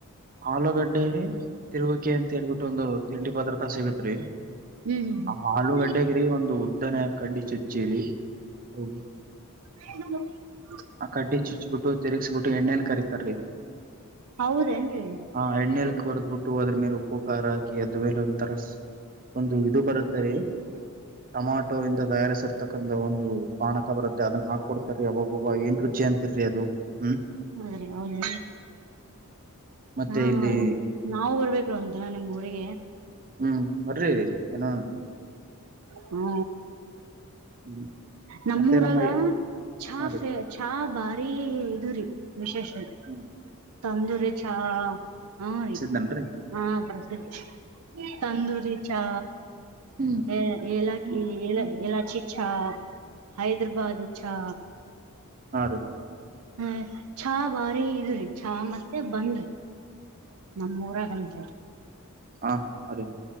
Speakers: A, on the right (about 40°); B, on the right (about 75°).
A: ಆಲೂಗಡ್ಡೆ ತಿರುಗಕೆ ಅಂತ ಹೇಳ್ಬಿಟ್ಟು ಒಂದು ತಿಂಡಿ ಪದಾರ್ಥ ಸಿಗತ್ರಿ
B: ಹ್ಮ್
A: ಮ್ಮ ಆಲೂಗಡ್ಡೆಗ್ರೀ
B: ಹ್ಮ್
A: ಒಂದು ಉದ್ದನ ಕಡ್ಡಿ ಚುಚ್ಚಿರಿ ಹ
B: ಹ <inaudible>
A: ಆ ಕಡ್ಡಿ ಚುಚ್ಬಿಟ್ಟು ತಿರುಗ್ಸಬಿಟ್ಟು ಎಣ್ಣೇಲಿ ಕರಿತಾರ್ರಿ
B: ಹೌದೇನ್ರಿ
A: ಹ ಎಣ್ಣೆಲಿ ಕರೆದ್ ಬಿಟ್ಟು ಅದ್ರ ಮೇಲೆ ಉಪ್ಪು ಖಾರ ಹಾಕಿ ಅದ್ರ ಮೇಲೆ ಒಂ ತರ ಸ ಒಂದು ಇದು ಬರುತ್ತೆ ಸರಿ ಟಮಾಟೊ ಇಂದ ತಯಾರಿಸರ್ ತಕ್ಕಂತ ಒಂದು ಪಾಣಕ ಬರುತ್ತೆ ಅದನ್ನ ಹಾಕೊಡ್ತಾರೀ ಅಬ್ಬಬ್ಬಬ್ಬ ಏನ್ ರುಚಿ ಅಂತಿರಿ ಅದು ಹ್ಮ್
B: ಹದ್ರೀ ಹೌದ
A: ಮತ್ತೆ
B: ಹ್ಮ
A: ಇಲ್ಲಿ
B: ನಾವು ಬರ್ಬೇಕ್ರ ಒಂದ್ ದಿನ ನಿಮ್ ಊರಿಗೆ
A: ಹ್ಮ್ ಬರ್ರಿ ಇ ನೋಂ
B: ಹ್ಮ
A: ಹ್ಮ್
B: ನಮ್ಮೂರಾಗ
A: ಮತ್ತೆ ನಮ್ಮ
B: ಚಾಫೆ
A: ಹಾ ರೀ
B: ಚಾ ಭಾರಿ ಇದು ರಿ ವಿಶೇಷಲ್ಲಿ
A: ಹ್ಮ್
B: ತಂದೂರಿ ಚಾ ಹಾ ರೀ
A: ನನ್ರಿ
B: ಹಾ ಪ್ರಸಿದ್ಧಿ ತಂದೂರಿ ಚಾ
A: ಹ್ಮ್
B: ಎ ಏಲಕ್ಕಿ
A: ಹ್ಮ್
B: ಎಲಾ ಎಲಾಚಿ ಚಾ ಹೈದ್ರಾಬಾದ ಚಾ
A: ಹಾಂ ರೀ
B: ಹ ಚಾ ಬಾರಿ ಇದ್ರಿ ಚಾ ಮತ್ತೆ ಬಂದ್ರಿ ನಮ್ಮೂರ ಆಗಲ್ರಿ
A: ಹಾ ಅದೇ